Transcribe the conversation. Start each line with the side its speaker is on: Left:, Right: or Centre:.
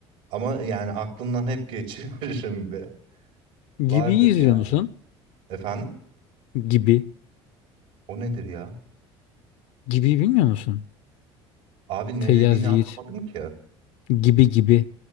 Right: Ama yani aklımdan hep <laughs> geçiririm be. Vardır
Left: Gibi'yi izliyor
Right: yani.
Left: musun?
Right: Efendim?
Left: Gibi.
Right: O nedir ya?
Left: Gibi bilmiyor musun?
Right: Abi ne
Left: Feyyaz
Right: dediğini
Left: Yiğit.
Right: anlamadım ki.
Left: Gibi gibi.